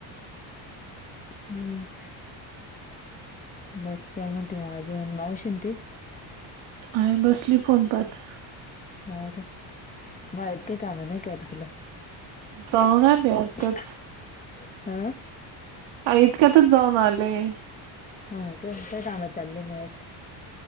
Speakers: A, on the left; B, on the right.
A: हम्म बाकी काय म्हणती मग अजून मावशीन ते
B: आहे बसली फोनपत
A: हा का <unintelligible> मत का कामा नाही क तुला
B: जाऊन
A: <unintelligible>
B: आले आताच
A: हम <unintelligible>
B: आ इतक्यातच जाऊन आले. <unintelligible>
A: हा काय काम चाललेय मित. <unintelligible>